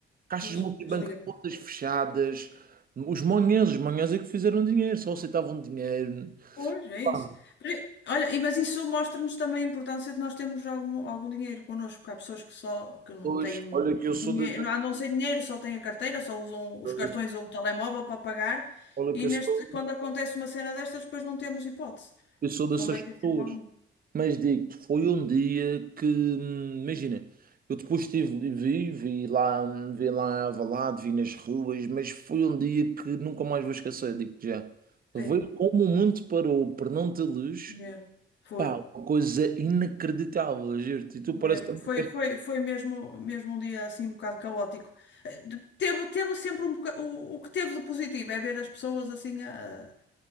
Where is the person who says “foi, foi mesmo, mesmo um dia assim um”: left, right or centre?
Left